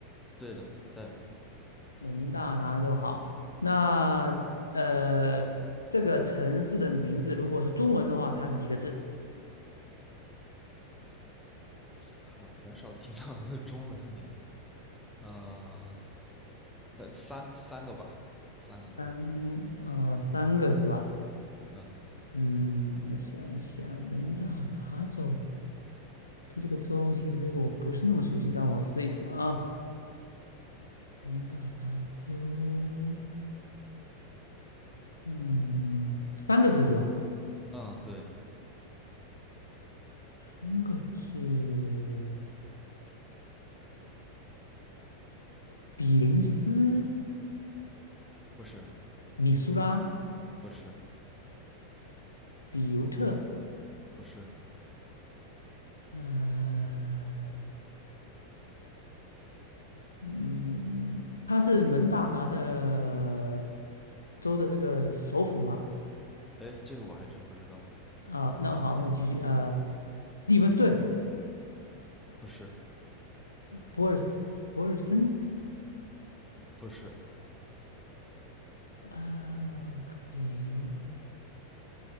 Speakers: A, in the centre; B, on the left (about 75°).
A: 对的，在，
B: 蒙大拿州好。那呃，这个城市的名字如果是中文的话，它是几个字？
A: 好，很少听到它的中文名字，啊，那三三个吧，三个字，
B: 三呃三个是吧？
A: 嗯
B: 嗯，我想一想，蒙大拿州，对这个州其实我不是那么熟悉，但我试一试啊。蒙大拿州，嗯，三个字是吧？
A: 嗯，对，
B: 三个字，比林斯、
A: 不是，
B: 米苏拉、
A: 不是，
B: 比尤特，
A: 不是，
B: 呃。嗯，他是蒙大拿的州的这个首府吗？
A: 哎，这个我还真不知道，
B: 啊，那好，那继续，呃，利文斯顿，
A: 不是。
B: 博尔博尔森，
A: 不是，
B: 啊，OK，